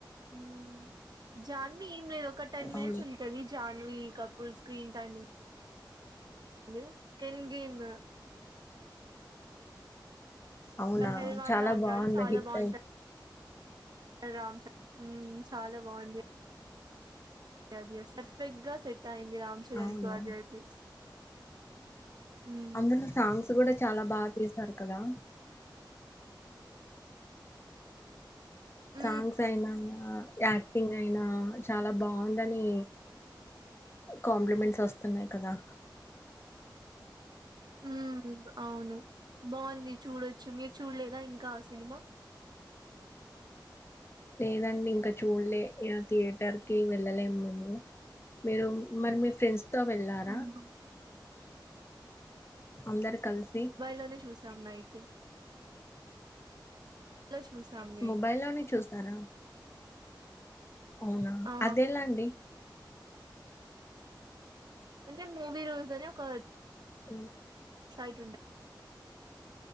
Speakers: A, on the right (about 60°); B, on the left (about 30°).
A: ఉ జాన్వి ఏం లేదు ఒక టెన్ మినిట్స్
B: అవును
A: ఉంటది. Janhvi Kapoor screens timing <unintelligible> Kane గీమ
B: అవునా
A: పెహల్వాన్
B: చాలా
A: లా ఉంటాడు
B: బాగుంది
A: చాలా
B: హిట్
A: బాగుంటాడ్
B: అయి.
A: రామ్ చే చాలా బాగుంది యావిఎస్గా పర్ఫెక్ట్ గా సెట్ అయింది రామ్ చేరన్
B: అవును
A: కు అది అయితే <unintelligible> ఉమ్,
B: అందులో సాంగ్స్ కూడా చాలా బాగా తీసారు కదా. సాంగ్సయినా
A: ఉమ్,
B: యాక్టింగయినా చాలా బాగుందని కాంప్లిమెంట్స్ వస్తున్నాయి కదా
A: ఉం అవును బాగుంది చూడొచ్చు మీరు చూడ్ల్లేదా ఇంకా ఆ సినిమా
B: లేదండి ఇంకా చూడలే ఇగ థియేటర్ కి వెళ్ళలేము మేము మీరు మరి మీ ఫ్రెండ్స్ తో వెళ్ళారా
A: ఉమ్.
B: అందరు కలిసి
A: బైలోనే చూసాం నైటు చూసాం మేము
B: మొబై లోనే చూస్తారా అవునా
A: ఆ
B: అదేలా అండి
A: అంటే మూవీ రూల్స్ అని ఒక
B: ఉమ్,
A: సైట్ ఉంట